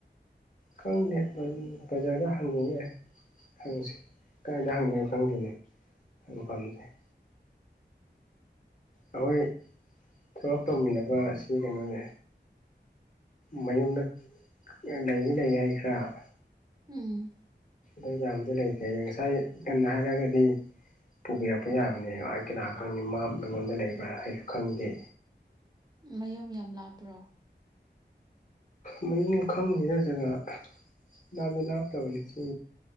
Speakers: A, on the left (about 45°); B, on the right (about 20°).
A: ꯀꯪꯗꯦ ꯕꯖꯥꯔꯗ ꯍꯪꯅꯤꯡ ꯌꯥꯏ ꯍꯪꯁꯤ ꯀꯥꯏꯗ ꯍꯪꯒꯦꯅꯣ ꯈꯪꯗꯦꯅꯦ ꯍꯪꯕ ꯄꯥꯝꯁꯦ <inaudible> ꯑꯩꯈꯣꯏ ꯊꯕꯛ ꯇꯧꯃꯤꯟꯅꯕ ꯁꯤꯒꯤ ꯀꯩꯅꯣꯖꯦ ꯃꯌꯨꯝꯗ ꯂꯩꯒꯤ ꯂꯩ ꯍꯥꯏ ꯈꯔ
B: ꯎꯝ
A: ꯑꯗꯨ ꯌꯥꯝꯗꯤ ꯂꯩꯇꯦ ꯍꯌꯦꯡ ꯉꯁꯥꯏ ꯉꯟꯅ ꯍꯥꯏꯔꯒꯗꯤ ꯄꯨꯕꯤꯔꯛꯄ ꯌꯥꯕꯅꯦꯕ ꯑꯩ ꯀꯅꯥ ꯈꯪꯉꯤ ꯃꯥ ꯑꯩꯉꯣꯟꯗ ꯂꯩꯕ꯭ꯔꯥ ꯀꯁꯨ ꯈꯪꯗꯦ
B: ꯃꯌꯨꯝ ꯌꯥꯝ ꯂꯥꯞꯄ꯭ꯔꯣ
A: ꯃꯌꯨꯝ ꯈꯪꯗꯦꯗ ꯖꯒ ꯥꯂꯥꯞꯇꯤ ꯂꯥꯞꯇꯕꯅꯤ ꯁꯤ